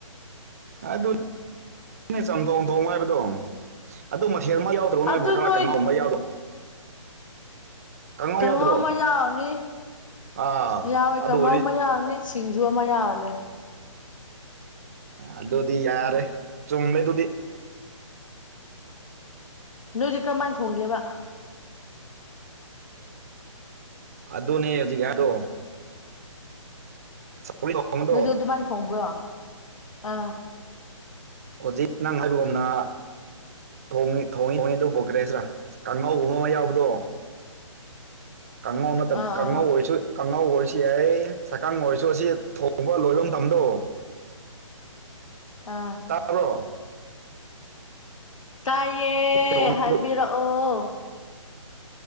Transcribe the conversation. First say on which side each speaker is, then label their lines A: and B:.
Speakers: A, on the right; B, on the left.
A: ꯑꯗꯨ ꯆꯝꯊꯣꯡ ꯊꯣꯡ ꯍꯥꯏꯕꯗꯣ ꯑꯗꯨ ꯃꯊꯦꯜ ꯑꯃ ꯌꯥꯎ ꯇ꯭ꯔꯣ ꯅꯣꯏꯕꯨ
B: ꯑꯗꯨ
A: ꯈꯔ
B: ꯅꯣꯏ
A: ꯀꯪꯎꯕ ꯌꯥꯎꯔꯣ ꯀꯥꯡꯉꯧ
B: ꯀꯥꯡꯍꯧ
A: ꯌꯥꯎꯗ꯭ꯔꯣ
B: ꯑꯃ ꯌꯥꯎꯔꯅꯤ
A: ꯑꯥ
B: ꯑ ꯌꯥꯎꯋꯦ
A: ꯑꯗꯨ
B: ꯀꯥꯡꯉꯥꯎ
A: ꯑꯣꯏꯔꯗꯤ
B: ꯑꯃ ꯌꯥꯎꯔꯅꯤ ꯁꯤꯡꯖꯨ ꯑꯃ ꯌꯥꯎꯔꯅꯦ
A: ꯑꯗꯨꯗꯤ ꯌꯥꯔꯦ ꯆꯨꯝꯂꯦꯗꯨꯗꯤ
B: ꯅꯣꯏꯗꯤ ꯀꯃꯥꯏꯅ ꯊꯣꯡꯒꯦꯕ
A: ꯑꯗꯨꯅꯦ ꯍꯧꯖꯤꯛ ꯍꯥꯏꯗꯣ ꯁꯧꯒ꯭ꯔꯤ ꯊꯣꯡꯕꯗꯣ
B: ꯅꯣꯢꯖꯨ ꯑꯗꯨꯃꯥꯢꯅ ꯊꯣꯡꯕ꯭ꯔꯣ ꯑꯥ
A: ꯍꯧꯖꯤꯛ ꯅꯪ ꯍꯥꯏꯕꯒꯨꯝꯅ ꯊꯣꯡꯉꯦ ꯊꯣꯡꯉꯤ ꯊꯣꯡꯉ ꯑꯗꯨꯕꯨ ꯀꯔꯤ ꯍꯥꯢꯁꯤꯔ ꯀꯥꯡꯉꯧꯒꯨꯝꯕ ꯑꯃ ꯌꯥꯎꯕꯗꯣ ꯀꯪꯉꯧ <inaudible> ꯇ
B: ꯑꯥ
A: ꯀꯉꯣ ꯑꯣꯣꯏꯨ ꯀꯥꯡꯉꯥꯎ ꯑꯣꯏꯔꯁꯨ ꯌꯥꯏ ꯁꯛꯀꯪ ꯑꯣꯏꯔꯁꯨ ꯑꯁꯤ ꯊꯣꯡꯕ ꯂꯣꯏꯕ ꯇꯝꯗꯣ
B: ꯑꯥ
A: ꯇꯥꯕꯔꯣ
B: ꯇꯥꯏꯌꯦ
A: ꯊꯣꯡꯉꯤꯗꯣ
B: ꯍꯥꯏꯕꯤꯔꯛꯑꯣ